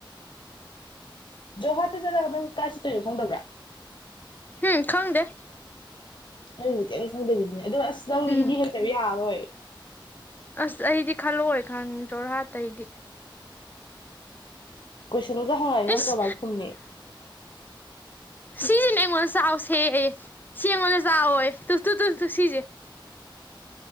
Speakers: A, on the left (about 65°); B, on the left (about 20°).
A: ꯖꯣꯍꯥꯠꯇ ꯆꯠꯂꯒ ꯅꯪ ꯀꯥꯏ ꯆꯠꯇꯣꯅꯣ ꯈꯪꯗꯕ꯭ꯔꯥ
B: ꯍꯨꯝ ꯈꯪꯗꯦ
A: ꯅꯪꯒꯤꯗꯤ ꯀꯩꯑꯝ ꯊꯪꯗꯕꯤꯅꯤꯅꯦ ꯑꯗꯣ ꯑꯁ ꯅꯪꯗꯤ
B: ꯎꯝ
A: ꯍꯤꯟꯗꯤ ꯍꯩꯇꯕꯤ ꯌꯥꯔꯔꯣꯏ
B: ꯑꯁ ꯑꯩꯗꯤ ꯈꯜꯂꯛꯑꯣꯏ ꯈꯪꯉꯦ ꯖꯣꯔꯍꯥꯠꯇ ꯑꯩꯗꯤ
A: ꯀꯣꯏꯁꯟꯒ ꯍꯪꯉꯛꯑꯗꯤ ꯅꯪ
B: ꯏꯁ
A: ꯀꯃꯥꯏ ꯈꯨꯝꯅꯤ
B: ꯁꯤ ꯅ ꯑꯩꯉꯣꯟꯗ ꯆꯥꯎꯁꯦꯌꯦ ꯁꯤ ꯑꯩꯉꯣꯟꯗ ꯆꯥꯎꯋꯣꯌꯦ ꯇꯨ ꯇꯨ ꯇꯨ ꯇꯨ ꯁꯤꯖꯦ